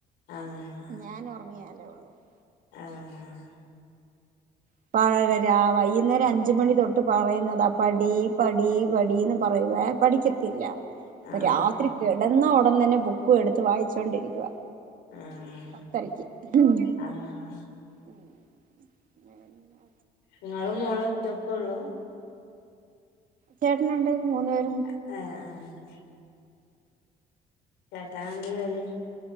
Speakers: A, on the left (about 85°); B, on the right (about 50°).
A: ആഹ്
B: ഞാൻ ഉറങ്ങിയാലേ ഉള്ളൂ
A: ആ
B: ഇപ്പാരാ വരാ വൈകുന്നേരം അഞ്ചു മണി തൊട്ട് പറയുന്നതാ പടീ പടീ പടീ ന്ന് പറയുവേ പഠിക്കത്തില്ല
A: ആഹ്
B: പ്പ രാത്രി കിടന്നാ ടൻ തന്നെ ബുക്കും എടുത്ത് വായിച്ചോണ്ടിരിക്കുവാ
A: ആഹ്
B: പത്തരക്ക് ഉം
A: ആഹ്
B: ഉ <inaudible> വേറെന്നാ
A: നിങ്ങളും മോളും ഒറ്റൊക്കൊള്ളൂ
B: ചേട്ടനുണ്ട്
A: ഏഹ്
B: മൂന്നു പേരും
A: ഏഹ് ഉ <inaudible> ചേട്ടനെന്താ ജോലി